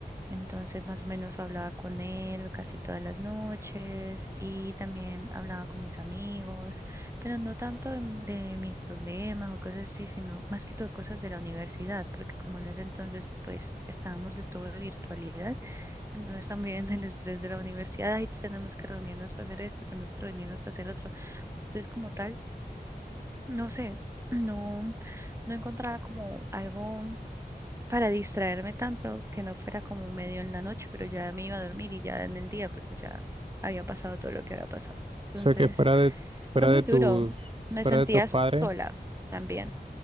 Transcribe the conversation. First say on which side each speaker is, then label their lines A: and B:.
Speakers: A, on the right; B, on the right.
A: Entonces, más o menos hablaba con él casi todas las noches y también hablaba con mis amigos, pero no tanto de, de mis problemas o cosas así, sino más que todo cosas de la universidad, porque como en ese entonces, pues estábamos de todo de virtualidad, entonces también <laughs> el estrés de la universidad, y tenemos que reunirnos para hacer esto, tenemos que reunirnos para hacer otro. Entonces, como tal, no sé, <clears throat> no, no encontraba como algo para distraerme tanto que no fuera como medio en la noche, pero ya me iba a dormir y ya en el día pues ya había pasado todo lo que había pasado. Entonces
B: O sea que fuera de, fuera
A: fue muy
B: de
A: duro,
B: tus,
A: me
B: fuera
A: sentía
B: de tus
A: sola
B: padres,
A: también.